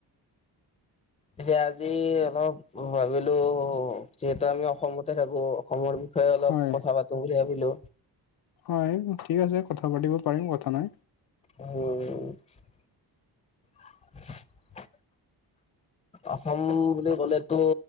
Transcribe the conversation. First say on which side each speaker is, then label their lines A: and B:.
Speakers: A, on the left; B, on the left.
A: এতিয়া আজি অলপ ভাবিলো যিহেতু আমি অসমতে থাকো। অসমৰ বিষয়ে অলপ
B: হয়
A: কথা পাতো বুলি ভাবিলো।
B: হয় ঠিক আছে কথা পাতিব পাৰিম কথা নাই।
A: অ <unintelligible> <inaudible> অসম বুলি ক'লে টো